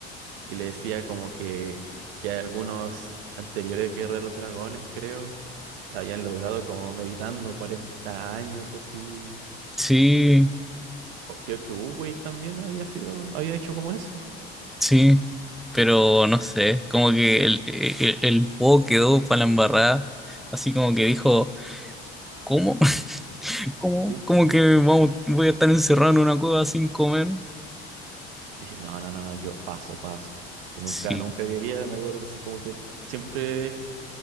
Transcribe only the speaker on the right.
Y le decía como que, que algunos anteriores guerreros dragones, creo, habían logrado como meditando 40 años así.
O creo que Wu Wei también había sido, había hecho como eso.
<laughs>
Dice, no, no, no, no, yo paso, paso. Si nunca,
nunca quería, me acuerdo, así como que siempre,